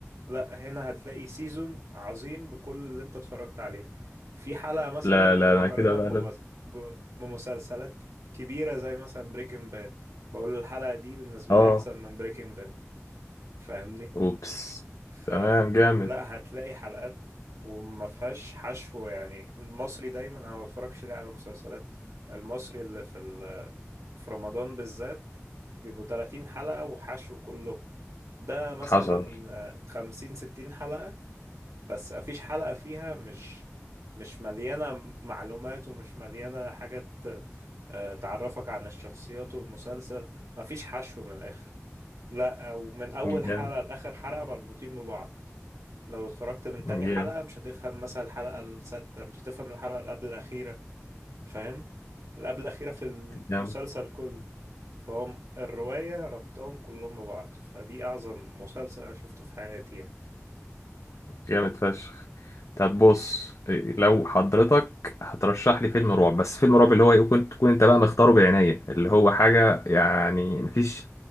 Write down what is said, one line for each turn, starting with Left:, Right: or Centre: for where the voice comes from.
Right: لا هنا هتلاقي سيزون عظيم بكل اللي انت اتفرجت عليه في حلقة مثلا
Left: لا
Right: انا
Left: لا
Right: بقارنها
Left: انا كده بقلب
Right: بممس- ب- بمسلسلات كبيرة زي مثلا بريكنج باد بقول الحلقة دي بالنسبة
Left: اه
Right: لي احسن من بريكنج باد فاهمني
Left: اوبس
Right: فلا
Left: تمام جامد
Right: هتلاقي حلقات وما فيهاش حشو يعني المصري دايما انا ما بتفرجش ليه على المسلسلات المصري اللي في ال... في رمضان بالذات بيبقوا 30 حلقة وحشو كله ده مثلا
Left: حصل
Right: آه، 50 60 حلقة بس مفيش حلقة فيها مش مش مليانة معلومات ومش مليانة حاجات آه، تعرفك عن الشخصيات والمسلسل مفيش حشو من الآخر لا ومن أول حلقة
Left: جامد
Right: لآخر حلقة مربوطين ببعض لو اتفرجت من تاني
Left: جامد
Right: حلقة مش هتفهم مثلا الحلقة السادسة مش هتفهم الحلقة اللي قبل الأخيرة فاهم؟ اللي قبل الأخيرة في
Left: جامد
Right: المسلسل كله فهم الرواية ربطهم كلهم ببعض فدي أعظم مسلسل أنا شفته في حياتي يعني
Left: جامد فشخ طب بص إيه، لو حضرتك هترشح لي فيلم رعب بس فيلم رعب اللي هو يكون تكون انت بقى مختاره بعناية اللي هو حاجة يعني مفيش